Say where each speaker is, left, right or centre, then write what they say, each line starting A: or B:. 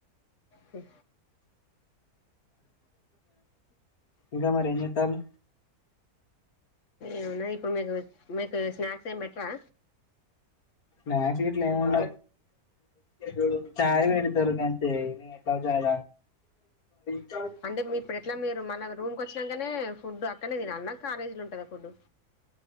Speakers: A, on the left; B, on the left.
A: హ
B: ఇంక మరి ఏం చెత్తారు
A: ఏమున్నాయి ఇప్పుడు మీకు మీకు స్నాక్స్ ఏమి పెట్టరా
B: మ్యాగ్స్ గిట్ల ఏముండ వ్ చాయ్ పేడితరు ఇగ అంతె నేన్ ఎట్లో చాయ్ తాగను
A: అంటే ఇప్పుడు ఎట్ల మీరు మళ రూమ్ కు వచ్చినాకనే ఫుడ్ అక్కనే తినాలన కాలేజీలో ఉంటుదా ఫుడ్